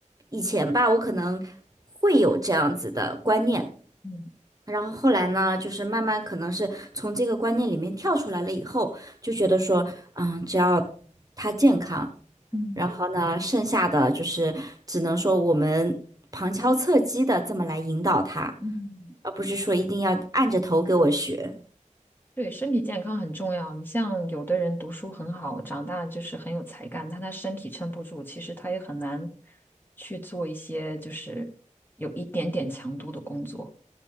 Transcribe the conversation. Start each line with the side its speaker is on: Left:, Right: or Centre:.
Right: 以前吧，我可能会有这样子的观念，
Left: 嗯
Right: 然后后来呢，就是慢慢可能是从这个观念里面跳出来了以后，就觉得说，嗯，只要他健康，
Left: 嗯。
Right: 然后呢，剩下的就是只能说我们旁敲侧击的这么来引导他，
Left: 嗯，
Right: 而不是说一定要按着头给我学。
Left: 对，身体健康很重要。你像有的人读书很好，长大就是很有才干，但他身体撑不住，其实他也很难去做一些就是有一点点强度的工作，